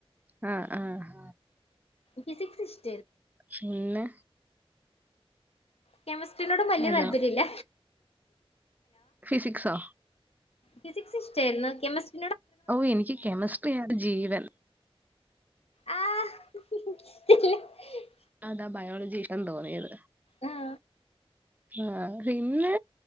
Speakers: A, on the right (about 15°); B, on the left (about 80°).
A: ആ ആഹ
B: ഫിസിക്സ്‌ ശ്
A: ശ് പിന്നെ
B: കെമിസ്ട്രീനോടും വലിയ
A: ഹലോ
B: താല്പര്യമില്ല
A: ഫിസിക്സോ
B: ഫിസിക്സ് ഇഷ്ടായിരുന്ന് കെമസ്ട്രി
A: ഓ എനിക്ക് കെമിസ്ട്രിയിയാണ് ജീവൻ
B: ആഹ് <unintelligible>
A: അതാ ബയോളജിഷ്ടം തോന്നിയത്-
B: ആ
A: ആ ഹ് പിന്നെ